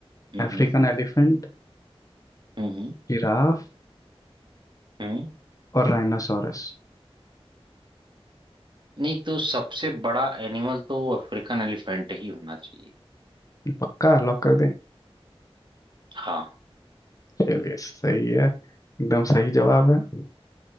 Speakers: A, on the left; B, on the right.
A: अफ्रीकन
B: हम्म
A: एलिफेंट
B: हम्म,
A: जिराफ
B: हम्म, हम्म।
A: और राइनासोरस
B: नहीं तो सबसे बड़ा एनिमल तो अफ्रीकन एलिफेंट ही होना चाहिए
A: पक्का लॉक कर दें
B: हाँ
A: चलिए सही है एकदम सही जवाब है